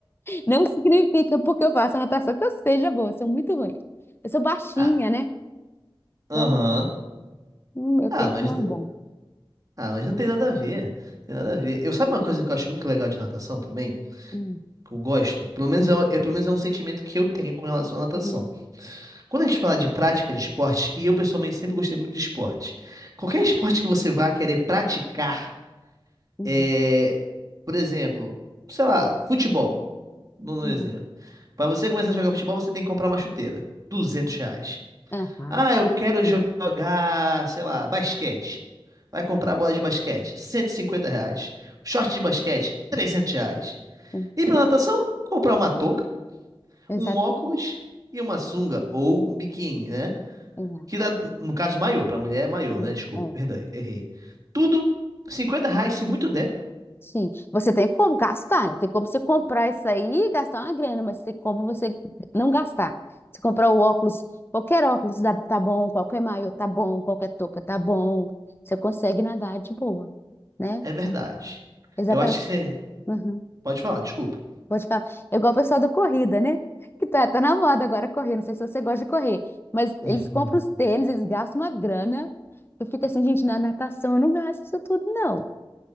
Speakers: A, on the left (about 25°); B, on the right (about 40°).
A: Não significa porque eu faço natação que eu seja boa, eu sou muito ruim. Eu sou baixinha,
B: Ah,
A: né? Então,
B: aham.
A: hum, meu
B: Ah,
A: tempo
B: mas,
A: não é bom.
B: ah, mas não tem nada a ver. Tem nada a ver. Eu sabe uma coisa que eu acho muito legal de natação também?
A: Hum,
B: Que eu gosto? Pelo menos é, é- pelo menos é um sentimento que eu tenho com relação à natação.
A: uhum,
B: Quando a gente fala de prática de esporte, e eu pessoalmente sempre gostei muito de esporte, qualquer esporte
A: uhum,
B: que você vá querer praticar,
A: uhum,
B: é, por exemplo, sei lá, futebol, no
A: uhum.
B: exemplo. Para você começar a jogar futebol, você tem que comprar uma chuteira, 200 reais.
A: Aham,
B: Ah, eu quero jogar, sei lá, basquete. Vai comprar bola de basquete, 150 reais. Short de basquete, 300 reais.
A: hum,
B: E para natação, comprar uma touca,
A: exato,
B: um óculos e uma sunga ou um biquíni, né?
A: exato,
B: Que dá, no caso, maior. Pra mulher é maior,
A: hum,
B: né? Desculpa,
A: é.
B: <laughs> perdão, errei. Tudo, 50 reais, se muito der,
A: Sim, você tem como gastar, né? Tem como você comprar isso aí e gastar uma grana, mas tem como você não gastar. Você comprar o óculos, qualquer óculos dá- tá bom, qualquer maiô tá bom, qualquer touca tá bom. Você consegue nadar de boa, né?
B: é verdade.
A: Exatamente.
B: Eu acho que você.
A: Uhum.
B: Pode falar, desculpa.
A: Vou te falar. É igual o pessoal da corrida, né? Que tá, tá na moda agora correr. Não sei se você gosta de correr. Mas
B: <laughs>
A: eles compram os tênis, eles gastam uma grana. Eu fico assim, gente, na natação eu não gasto isso tudo, não,